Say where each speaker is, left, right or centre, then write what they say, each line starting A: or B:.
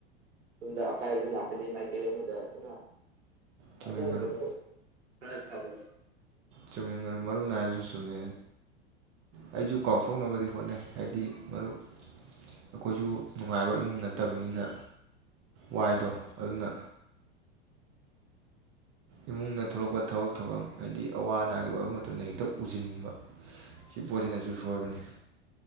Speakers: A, on the right; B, on the right.
A: ꯁꯨꯝꯗ ꯑꯀꯥꯏꯕ ꯂꯥꯛꯀꯅꯤ ꯃꯥꯏꯀꯩ ꯑꯃꯗ ꯑꯗꯨꯅ
B: ꯆꯨꯝꯃꯤ
A: ꯑꯗꯨꯒꯨꯝꯕꯗꯣ
B: ꯃꯔꯨꯞ
A: ꯈꯔ ꯊꯥꯗ
B: ꯆꯨꯝꯃꯤ ꯃꯔꯨꯞ ꯃꯔꯨꯞ ꯅꯥꯏꯔꯁꯨ ꯆꯨꯝꯃꯤ ꯑꯩꯁꯨ ꯀꯥꯎꯊꯣꯛꯅꯕꯗꯤ ꯍꯣꯠꯅꯩ ꯍꯥꯏꯗꯤ ꯃꯔꯨꯞ ꯑꯩꯈꯣꯏꯁꯨ ꯅꯨꯡꯉꯥꯏꯕ ꯏꯃꯨꯡ ꯅꯠꯇꯕꯅꯤꯅ ꯋꯥꯏꯗꯣ ꯑꯗꯨꯅ ꯏꯃꯨꯡꯗ ꯊꯣꯛꯂꯛꯄ ꯊꯕꯛ ꯊꯧꯔꯝ ꯍꯥꯏꯗꯤ ꯑꯋꯥ ꯑꯅꯥꯒꯤ ꯑꯣꯏꯕ ꯃꯇꯝꯗ ꯍꯦꯛꯇ ꯎꯁꯤꯟꯕ ꯁꯤ ꯄꯣꯠꯁꯤꯅꯁꯨ ꯁꯣꯏꯕꯅꯤ